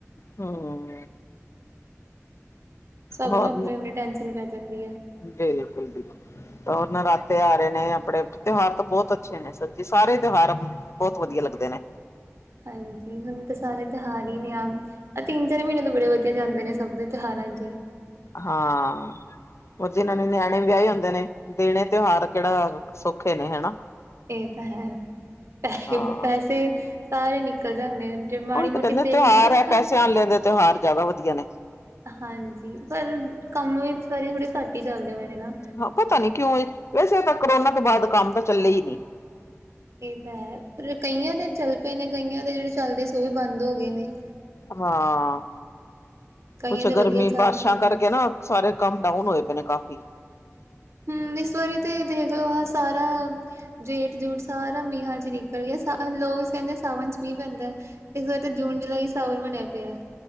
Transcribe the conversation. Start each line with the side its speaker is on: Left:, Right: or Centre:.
Left: ਹਮ।
Right: ਸਭ
Left: ਹੋਰ
Right: ਨੂੰ ਆਪਣੀ- ਆਪਣੀ ਟੈਂਸ਼ਨ ਪੈ ਜਾਂਦੀ ਆ।
Left: ਬਿਲਕੁਲ-ਬਿਲਕੁਲ। ਹੋਰ ਨਰਾਤੇ ਆ ਰਹੇ ਨੇ ਆਪਣੇ ਤਿਉਹਾਰ ਤਾਂ ਬਹੁਤ ਅੱਛੇ ਨੇ ਸੱਚੀ ਸਾਰੇ ਤਿਉਹਾਰ। ਬਹੁਤ ਵਧੀਆ ਲੱਗਦੇ ਨੇ।
Right: ਹਾਂਜੀ ਹੁਣ ਤਾਂ ਸਾਰੇ ਤਿਉਹਾਰ ਹੀ ਨੇ। ਇਹ ਤਿੰਨ ਚਾਰ ਮਹੀਨੇ ਤੋਂ ਬੜੇ ਵਧੀਆ ਜਾਂਦੇ ਨੇ ਸਭ ਦੇ ਤਿਉਹਾਰਾਂ ਚੀ।
Left: ਹਾਂ। ਹੋਰ ਜਿੰਨਾ ਨੇ ਨਿਆਣੇ ਵਿਆਏ ਹੁੰਦੇ ਨੇ ਦੇਣੇ ਤਿਉਹਾਰ ਕਿਹੜਾ ਸੌਖੇ ਨੇ ਹਨਾ।
Right: ਇਹ ਤਾਂ ਹੈ ਪੈਸੇ
Left: ਹਾਂ
Right: ਪੈਸੇ ਸਾਰੇ ਨਿਕਲ ਜਾਂਦੇ ਨੇ। ਤੇ ਮਾੜੀਮੋਟੀ
Left: ਉਹੀ ਤਾਂ ਕਹਿੰਦੇ
Right: ਸੇਵਿੰਗਸ।
Left: ਤਿਉਹਾਰ ਹੈ ਪੈਸੇ ਆਣ ਲੈਂਦੇ ਤਿਉਹਾਰ ਜ਼ਿਆਦਾ ਵਧੀਆ ਨੇ।
Right: ਹਾਂਜੀ ਪਰ ਕੰਮ ਵੀਚ ਥੜੇ ਘਾਟੇ ਚੱਲਦੇ ਪਏ ਨੇ ਨਾ।
Left: ਹਾਂ ਪਤਾ ਨੀ ਕਿਉਂ ਏ ਵੈਸੇ ਤਾਂ ਕਰੋਨਾ ਤੋਂ ਬਾਅਦ ਕੰਮ ਤਾਂ ਚਲੇ ਹੀ ਨਹੀਂ।
Right: ਇਹ ਤਾਂ ਹੈ ਪਰ ਕਈਆਂ ਦੇ ਚੱਲ ਪਏ ਨੇ ਕਈਆਂ ਦੇ ਜਿਹੜੇ ਚੱਲਦੇ ਸੀ ਉਹ ਵੀ ਬੰਦ ਹੋ ਗਏ ਨੇ।
Left: ਹਾਂ
Right: ਕਈਆਂ
Left: ਕੁਛ
Right: ਦੇ ਵਧੀਆ
Left: ਗਰਮੀ
Right: ਚੱਲ
Left: ਬਾਰਿਸ਼ਾਂ
Right: ਪਏ
Left: ਕਰਕੇ ਨਾ। ਸਾਰੇ ਕੰਮ ਡਾਊਨ ਹੋਏ ਪਏ ਨੇ ਕਾਫੀ।
Right: ਹਮ ਇਸ ਵਾਰੀ ਤੇ ਦੇਖ ਲਓ ਆਹ ਸਾਰਾ। ਜੇਠ ਜੂਠ ਸਾਰਾ ਮੀਂਹਾਂ ਚ ਨਿਕਲ ਗਿਆ ਲੋਕ ਕਹਿੰਦੇ ਸਾਵਨ ਚ ਮੀਂਹ ਪੈਂਦਾ ਹੈ। ਇਸ ਵਾਰ ਤਾਂ ਜੂਨ ਜੁਲਾਈ ਸਾਵਨ ਬਣਿਆ ਪਿਆ।